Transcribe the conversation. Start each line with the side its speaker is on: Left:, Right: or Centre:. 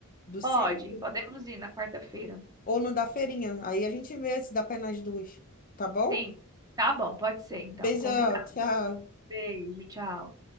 Left: do centro.
Right: Pode, podemos ir na quarta-feira.
Left: Ou no da feirinha. Aí a gente vê se dá pra ir nas duas. Tá bom?
Right: Sim, tá bom, pode ser então,
Left: Beijão,
Right: combinado.
Left: tchau.
Right: Beijo, tchau.